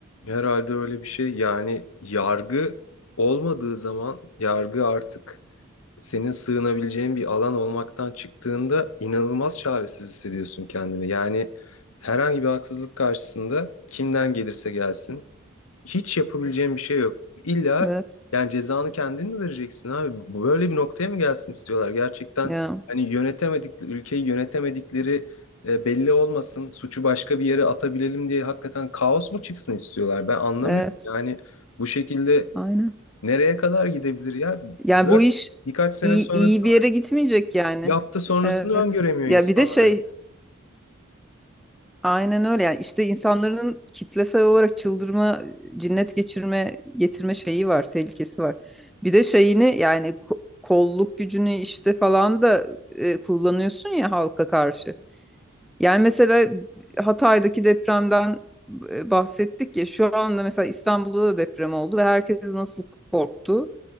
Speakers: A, on the left; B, in the centre.
A: Herhalde öyle bir şey yani yargı olmadığı zaman yargı artık senin sığınabileceğin bir alan olmaktan çıktığında inanılmaz çaresiz hissediyorsun kendini. Yani herhangi bir haksızlık karşısında kimden gelirse gelsin hiç yapabileceğin bir şey yok. İlla
B: Evet.
A: yani cezanı kendin mi vereceksin abi? Bu- Böyle bir noktaya mı gelsin istiyorlar? Gerçekten
B: Ya,
A: hani yönetemedik ülkeyi yönetemedikleri e, belli olmasın, suçu başka bir yere atabilelim diye hakikaten kaos mu çıksın istiyorlar? Ben anlamıyorum.
B: evet.
A: Yani bu şekilde
B: Aynen.
A: Nereye kadar gidebilir ya?
B: Yani
A: Bırak
B: bu iş
A: birkaç sene
B: iyi,
A: sonrasını,
B: iyi bir yere gitmeyecek yani.
A: bir hafta sonrasını
B: Evet.
A: öngöremiyor
B: Ya
A: insanlar
B: bir de şey
A: ya.
B: aynen öyle yani işte insanların kitlesel olarak çıldırma, cinnet geçirme, getirme şeyi var, tehlikesi var. Bir de şeyini yani ko- kolluk gücünü işte falan da e, kullanıyorsun ya halka karşı. Yani mesela Hatay'daki depremden e, bahsettik ya şu anda mesela İstanbul'da da deprem oldu ve herkes nasıl korktu.